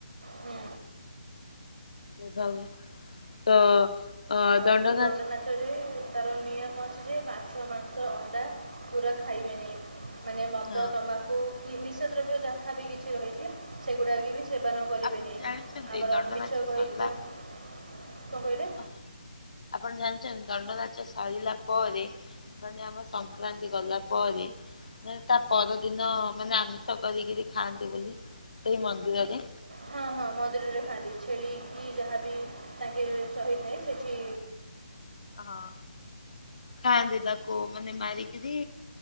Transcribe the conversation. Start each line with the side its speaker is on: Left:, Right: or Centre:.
Right: ହୁଁ
Left: ଉଭା ହୁଏ ତ ଅ
Right: ଆଉ
Left: ଦଣ୍ଡ ନାଚ
Right: ଦଣ୍ଡନାଚ। ରେ ତାର ନିୟମ ଅଛି ଯେ ମାଛ, ମାଂସ, ଅଣ୍ଡା ପୁରା ଖାଇବେନି। ମାନେ ମଦ
Left: ହଁ
Right: ତମ୍ମାଖୁ କି ନିଶା ଦ୍ରବ୍ୟ ଯାହାବି କିଛି ରହିଛି ସେଗୁଡ଼ାକ ବି ସେବନ କରିବେନି
Left: ଆପଣ ଜାଣିଛନ୍ତି
Right: ଆମର
Left: ଦଣ୍ଡ
Right: ମିଛ
Left: ନାଚ
Right: କହିକି
Left: ସରିଲା
Right: ତ କଣ କହିଲେ?
Left: ହଁ ଆପଣ ଜାଣିଛନ୍ତି ଦଣ୍ଡ ନାଚ ସାରିଲା ପରେ ମାନେ ଆମ ସଂକ୍ରାନ୍ତି ଗଲା ପରେ ମ ତା ପରଦିନ ମାନେ ଆମିଷ କରିକିରି ଖାଆନ୍ତି ବୋଲି ସେଇ ମନ୍ଦିରରେ
Right: ହଁ ହଁ ମନ୍ଦିରରେ ଖାଆନ୍ତି ଛେଳି କି ଯାହାବି ତାଙ୍କେ ସହି ନାହିଁ ସେଠି
Left: ହଁ। ଖାଆନ୍ତି ତାକୁ ମାନେ ମାରିକିରି